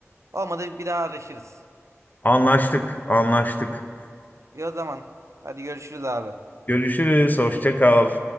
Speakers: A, on the right; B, on the left.
A: Olmadı bir daha araşırız.
B: Anlaştık, anlaştık.
A: İyi o zaman. Hadi görüşürüz abi.
B: Görüşürüz, hoşça kal.